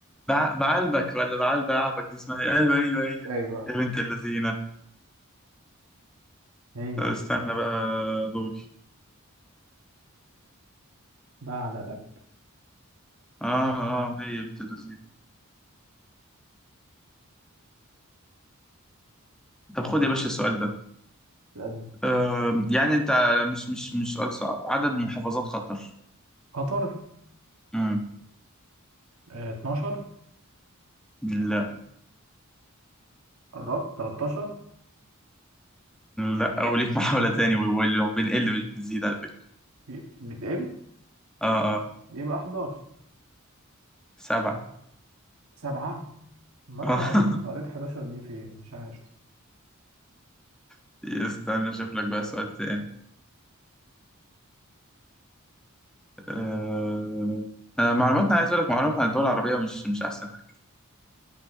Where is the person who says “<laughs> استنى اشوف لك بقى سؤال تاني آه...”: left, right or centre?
Centre